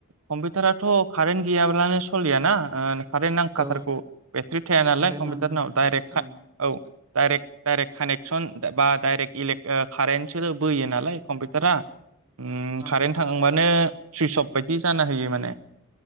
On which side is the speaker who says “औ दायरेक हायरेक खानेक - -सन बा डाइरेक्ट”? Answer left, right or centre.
Right